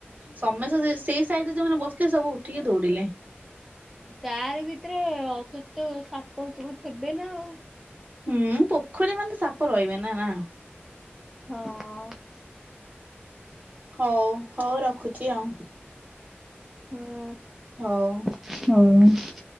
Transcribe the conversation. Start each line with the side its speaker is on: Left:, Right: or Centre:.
Right: ସମସ୍ତେ ସେଇ ସାଇଡରେ ଯେଉଁମାନେ ବସିଥିଲେ ସବୁ ଉଠିକି ଦୌଡିଲେ।
Centre: ତାରି ଭିତରେ କେତେ ସାପ ସବୁଥିବେ ନା ଆଉ
Right: ହୁଁ ପୋଖରୀ ମାନେ ତ ସାପ ରହିବେ ନା ନା?
Centre: ହଁ।
Right: ହଉ ହଉ ରଖୁଛି ଆଉ।
Centre: ହଁ।
Right: ହଉ।
Centre: ହଉ।